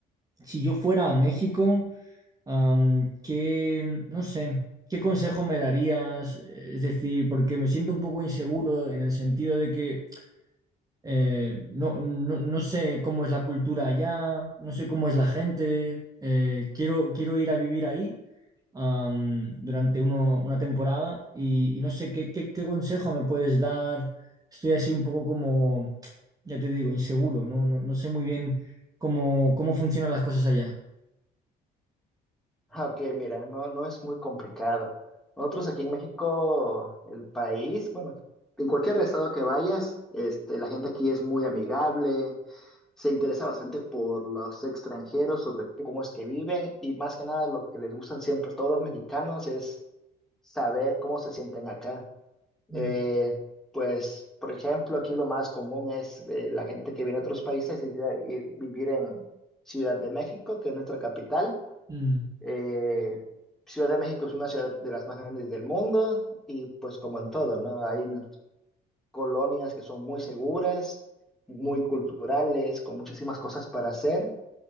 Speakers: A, on the right; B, in the centre.
A: si yo fuera a México, Am, ¿qué, no sé, qué consejo me darías? Es decir, porque me siento un poco inseguro en el sentido de que eh, no, no, no sé cómo es la cultura allá, no sé cómo es la gente, eh, quiero, quiero ir a vivir ahí am, durante uno- una temporada y, y no sé qué, qué, qué consejo me puedes dar. Estoy así un poco como, ya te digo, inseguro, no, no, no sé muy bien cómo, cómo funcionan las cosas allá.
B: Ah, ok, mira, no, no es muy complicado. Nosotros aquí en México, el país, bueno, en cualquier estado que vayas, este, la gente aquí es muy amigable, se interesa bastante por los extranjeros, sobre cómo es que viven y más que nada lo que les gustan siempre todos los mexicanos es saber cómo se sienten acá.
A: Mm.
B: Eh, pues, por ejemplo, aquí lo más común es eh, la gente que viene de otros países y, y vivir en Ciudad de México, que es nuestra capital
A: Mm.
B: eh, Ciudad de México es una ciudad de las más grandes del mundo y pues como en todo, ¿no? Hay colonias que son muy seguras, muy culturales, con muchísimas cosas para hacer